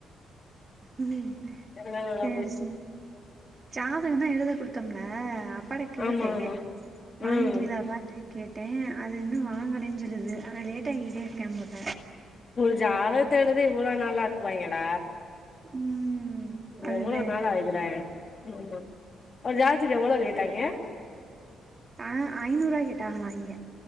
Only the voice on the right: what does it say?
ம்
சேரி
சேரி ஜாதகம்தா எழுத குடுத்தம்ல அப்பாட்ட கேட்டே
வாங்கிட்டியலா
அப்பான்னு கேட்டே அது இன்னு வாங்கலன்னு சொல்லுது அவ லேட்டாக்கிட்டே இருக்கா போல
ம் அதுதே
ஆ ஐநூறு ரூவா கேட்டாங்ளா இங்க